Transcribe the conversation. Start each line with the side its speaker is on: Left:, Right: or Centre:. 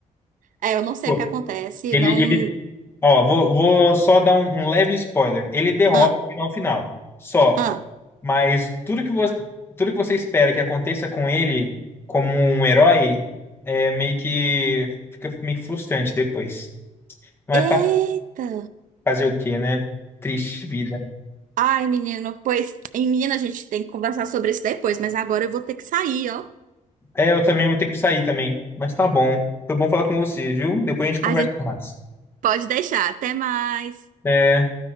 Right: É, eu não sei
Left: Pô,
Right: o que acontece,
Left: Ele,
Right: não...
Left: ele, ó, vou, vou só dar um, um leve spoiler. Ele derrota
Right: Ah,
Left: o vilão final. Só.
Right: ah.
Left: Mas tudo que você, tudo que você espera que aconteça com ele como um herói é meio que fica meio que frustrante depois. Mas
Right: Eita.
Left: tá, fazer o quê, né? Triste vida.
Right: Ai, menino, pois, em menina, a gente tem que conversar sobre isso depois, mas agora eu vou ter que sair, ó.
Left: É, eu também vou ter que sair também. Mas tá bom. Foi bom falar com você, viu? Depois a gente conversa
Right: A gente
Left: mais.
Right: pode deixar. Até mais.
Left: é